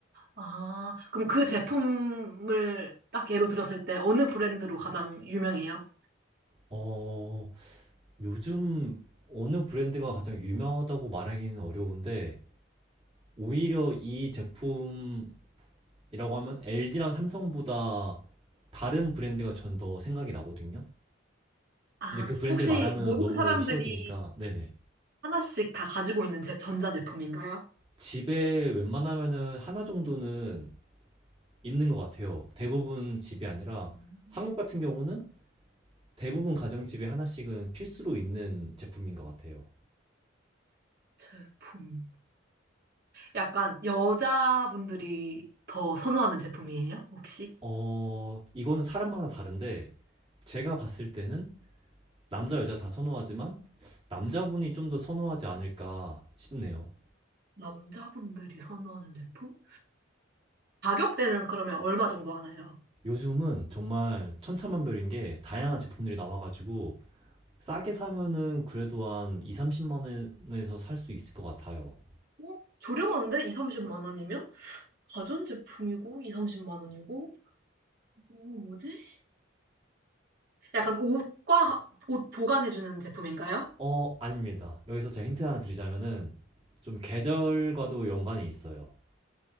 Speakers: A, on the right (about 55°); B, on the right (about 30°).
A: 아, 그럼 그 제품을 딱 예로 들었을 때 어느 브랜드로 가장 유명해요?
B: 어, 요즘 어느 브랜드가 가장 유명하다고 말하기는 어려운데, 오히려 이 제품이라고 하면 LG랑 삼성보다 다른 브랜드가 전 더 생각이 나거든요.
A: 아,
B: 근데 그 브랜드를
A: 혹시
B: 말하면
A: 모든
B: 너무
A: 사람들이
B: 쉬워지니까, 네네.
A: 하나씩 다 가지고 있는 제- 전자제품인가요?
B: 집에 웬만하면은 하나 정도는 있는 것 같아요. 대부분 집이 아니라,
A: 음,
B: 한국 같은 경우는 대부분 가정집에 하나씩은 필수로 있는 제품인 것 같아요.
A: 제품. 약간 여자분들이 더 선호하는 제품이에요, 혹시?
B: 어, 이건 사람마다 다른데, 제가 봤을 때는 남자, 여자 다 선호하지만, 남자분이 좀 더 선호하지 않을까 싶네요.
A: 남자분들이 선호하는 제품? 가격대는 그러면 얼마 정도 하나요?
B: 요즘은 정말 천차만별인 게 다양한 제품들이 나와가지고, 싸게 사면은 그래도 한 2, 30만 원에서 살 수 있을 것 같아요.
A: 어? 저렴한데? 2, 30만 원이면? 가전제품이고, 2, 30만 원이고, 어, 뭐지? 약간 옷과 옷 보관해주는 제품인가요?
B: 어, 아닙니다. 여기서 제가 힌트 하나 드리자면은, 좀 계절과도 연관이 있어요.